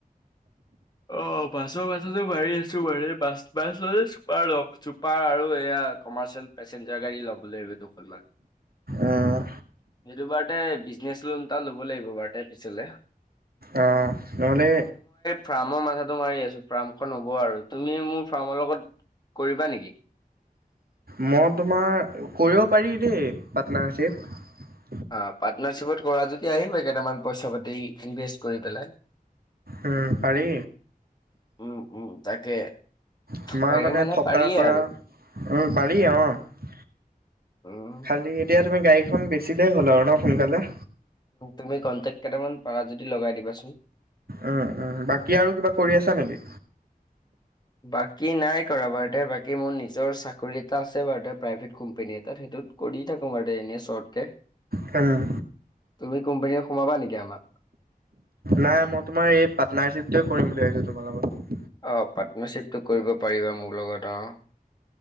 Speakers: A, on the left; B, on the right.
A: অ' বাছৰ মাথাটো মাৰি আছো মানে, বাছ বাছ ল'লে চুপাৰ লম। চুপাৰ আৰু এয়া কমাৰ্চিয়েল পেচেঞ্জাৰ গাড়ী ল'ব লাগিব দুখনমান।
B: অঁ
A: সেইটো বাৰতে বিজনেচ লোন এটা ল'ব লাগিব বাৰু পিছলে
B: আহ নহ'লে
A: ফ্ৰাৰ্মৰ মাথাটো মাৰি আছো। ফ্ৰা হ'ব আৰু তুমি মোৰ ফাৰ্মৰ লগত কৰিবা নেকি?
B: মই তোমাৰ কৰিব পাৰি দেই পাৰ্টনাৰশ্বিপ।
A: অ' পাৰ্টনাৰশ্বিপত কৰা যদি আহিব কেইটামান পইচা-পাতি ইনভেষ্ট কৰি পেলাই্
B: উম পাৰি
A: উম' উম' তাকে
B: তোমাৰ
A: পাৰি
B: মানে থকা
A: পাৰিয়ে
B: কৰা,
A: আৰু
B: উ পাৰি অ'
A: উম,
B: খালি এতিয়া তুমি গাড়ীখন বেচিলেই হ'ল আৰু ন সোনকালে।
A: তুমি কনটেক্ট কেইটামান পাৰা যদি লগাই দিবাচোন।
B: উম উম' বাকী আৰু কিবা কৰি আছা নেকি?
A: বাকী নাই কৰা বাৰু তে বাকী মোৰ নিজৰ চাকৰি এটা আছে বাৰু প্ৰাইভেট কোম্পানী এটাত, সেইটোত কৰি দি থাকো বাদে এনে শ্বৰ্তকে
B: হম'
A: তুমি কোম্পানীয়ে সোমাবা নেকি আমাক?
B: নাই মই তোমাৰ এই পাৰ্টনাৰশ্বিপটোৱে কৰিম বুলি ভাবিছো তোমাৰ লগত।
A: অঁ পাৰ্টনাৰশ্বিপটো কৰিব পাৰিবা মোৰ লগত অ।